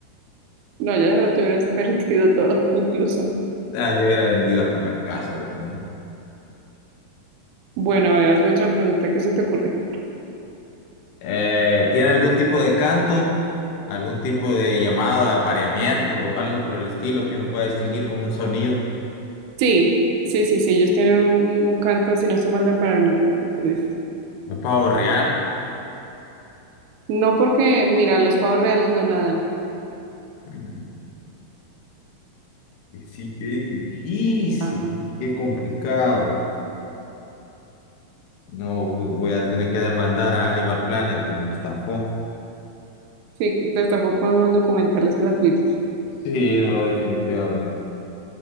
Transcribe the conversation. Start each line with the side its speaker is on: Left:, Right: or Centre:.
Right: No, ya de rato hubieras <laughs> perdido todo, incluso.
Left: Ah, yo hubiera vendido hasta la casa, como
Right: Bueno, a ver, hazme otra pregunta, ¿qué se te ocurre?
Left: Eh, ¿tiene algún tipo de canto, algún tipo de llamado de apareamiento o algo por el estilo que uno pueda distinguir como un sonido?
Right: Sí, sí, sí, sí, ellos tienen un, un- un canto, si no se manda para mí, creo que tú dices.
Left: ¿Un pavo real?
Right: No porque, mira, los pavos reales no nadan.
Left: Mm, Sí, qué difícil,
Right: Ah.
Left: qué complicado. No, voy a tener que demandar a Animal Planet porque me estafó.
Right: Sí, destapó con los documentales gratuitos.
Left: Sí, no, definitivamente.